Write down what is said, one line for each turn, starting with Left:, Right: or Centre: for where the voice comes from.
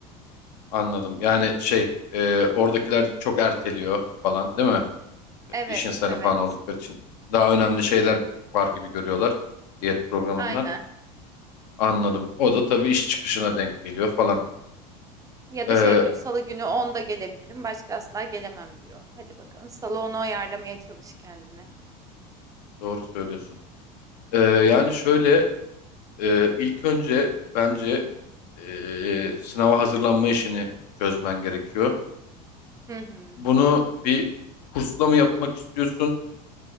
Left: Anladım. Yani şey e, oradakiler çok erteliyor falan değil mi?
Right: Evet,
Left: İş insanı
Right: evet.
Left: falan oldukları için daha önemli şeyler var gibi görüyorlar diyet programından.
Right: Aynen.
Left: Anladım. O da tabii iş çıkışına denk geliyor falan.
Right: Ya
Left: Ee,
Right: da şey diyor, salı günü onda gelebilirim, başka asla gelemem diyor. Hadi bakalım, salı onu ayarlamaya çalış kendine.
Left: doğru söylüyorsun. Ee, yani şöyle e, ilk önce bence e, sınava hazırlanma işini çözmen gerekiyor.
Right: Hı hı.
Left: Bunu bir kursla mı yapmak istiyorsun?